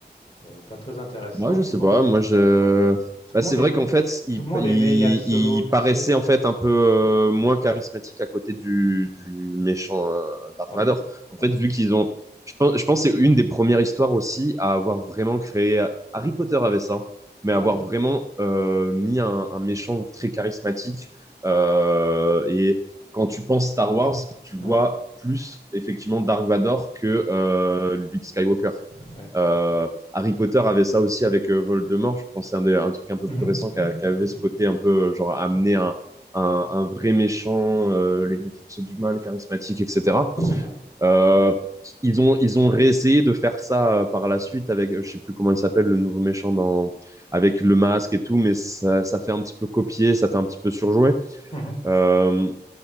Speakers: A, on the left; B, on the right.
A: euh, pas très intéressant.
B: Moi, je
A: Tout
B: sais
A: le monde,
B: pas. Moi, je.
A: tout
B: Bah,
A: le monde
B: c'est vrai
A: aimait,
B: qu'en fait, il,
A: tout le monde
B: il,
A: aimait Yann Solo,
B: il
A: tu
B: paraissait
A: sais.
B: en fait un peu euh, moins charismatique à côté du, du méchant euh, Dark
A: Ah
B: Vador.
A: oui, Darwin.
B: En fait, vu qu'ils ont, je pense, je pense que c'est une des premières histoires aussi à avoir vraiment créé. Harry Potter avait ça, mais
A: Ouais,
B: avoir vraiment euh, mis un, un méchant très charismatique. Euh, et quand tu penses Star Wars, tu vois
A: ouais,
B: plus effectivement Dark Vador que euh, Luke Skywalker.
A: ouais, tout
B: Euh,
A: à fait. ouais.
B: Harry Potter avait ça aussi avec euh, Voldemort. Je pense que c'est un, des- un truc un peu
A: Mhm,
B: plus récent
A: mhm,
B: qui, a- qui avait
A: mhm.
B: ce côté un peu euh, genre amener un, un,
A: Oui, c'est
B: un vrai
A: intéressant.
B: méchant, euh, les forces du mal, charismatique, etc.
A: Ouais,
B: Euh, ils ont ils ont réessayé de faire ça euh, par la suite avec euh, je sais plus comment il s'appelle le nouveau méchant dans avec le masque et tout, mais ça, ça fait un petit peu copier, ça fait un petit peu surjouer.
A: Mhm.
B: Euh,